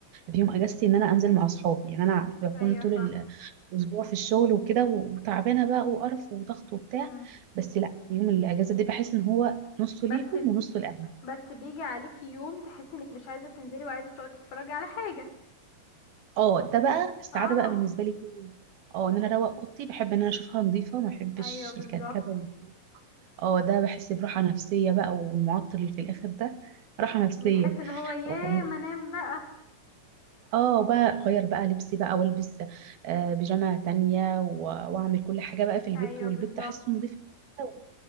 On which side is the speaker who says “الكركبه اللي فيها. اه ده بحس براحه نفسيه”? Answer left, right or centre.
Right